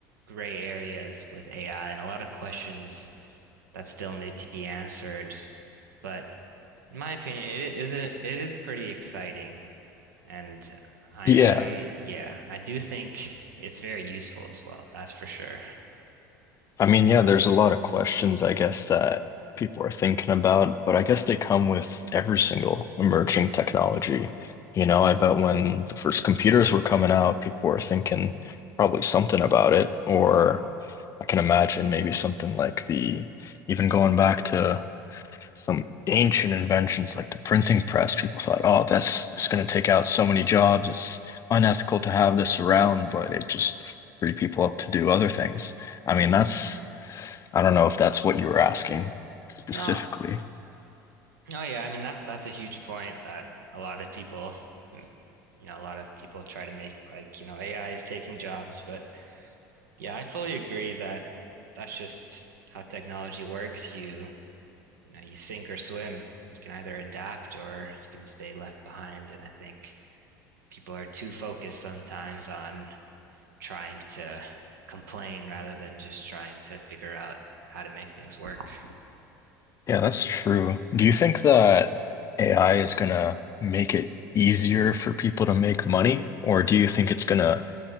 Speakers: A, on the right (about 80°); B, on the left (about 35°).
A: gray areas with AI and a lot of questions that still need to be answered. But in my opinion, it is a, it is pretty exciting. And I
B: Yeah.
A: am, yeah, I do think it's very useful as well. That's for sure.
B: I mean, yeah, there's a lot of questions, I guess, that people are thinking about, but I guess they come with every single emerging technology. You know, I bet when the first computers were coming out, people were thinking probably something about it, or I can imagine maybe something like the, even going back to some ancient inventions like the printing press. People thought, oh, that's it's going to take out so many jobs. It's unethical to have this around, but it just freed people up to do other things. I mean, that's, I don't know if that's what you were asking specifically.
A: No, No, yeah, I mean that that's a huge point that a lot of people, mm, you know, a lot of people try to make like, you know, AI is taking jobs, but yeah, I fully agree that that's just how technology works. You, you know, you sink or swim. You can either adapt or you can stay left behind. And I think people are too focused sometimes on trying to complain rather than just trying to figure out how to make things work.
B: Yeah, that's true. Do you think that AI is going to make it easier for people to make money, or do you think it's going to